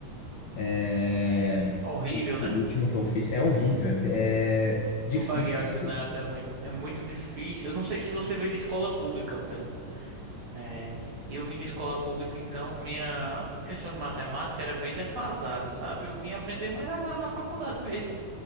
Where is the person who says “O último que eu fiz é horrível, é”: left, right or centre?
Left